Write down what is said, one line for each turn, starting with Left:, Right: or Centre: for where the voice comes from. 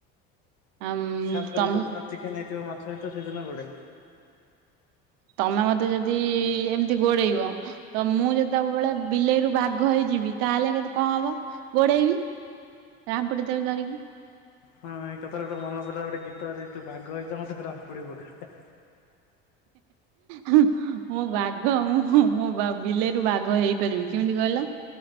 Right: ଆମ୍
Left: ଖାସ୍ କରିକି
Right: ତମ୍
Left: ଯୋଉଦିନ ଚିକେନ୍‌ ହେଇଥିବ ମାଛ ହେଇଥିବ ସେଦିନ ଗୁଡ଼େ।
Right: ତମେ ମତେ ଯଦି ଏମିତି ଗୋଡ଼େଇବ ତ ମୁଁ ଯେତେବେଳେ ବିଲେଇରୁ ବାଘ ହେଇଯି ଯିବି ତାହେଲେ କେ କଣ ହବ ଗୋଡ଼େଇବି ଆମ୍ପୁଡ଼ି ଦେବି ଧରିକି।
Left: ହଁ ଏକାଥରେ ତ ଗୋଟେ ମନ ପଡ଼ିଲା ଗୋଟେ ଗୀତ ଅଛି ତୁ ବାଘ ହେଇଜା ମତେ ରାମ୍ପୁଡ଼ି ପକା।
Right: ହା ହିଁ ହା ମୁଁ ବାଘ ମୁଁ ମୁଁ ମୁଁ ବା ବି ବିଲେଇରୁ ବା ଘ ହେଇପାରିବି କେମିତି କହିଲ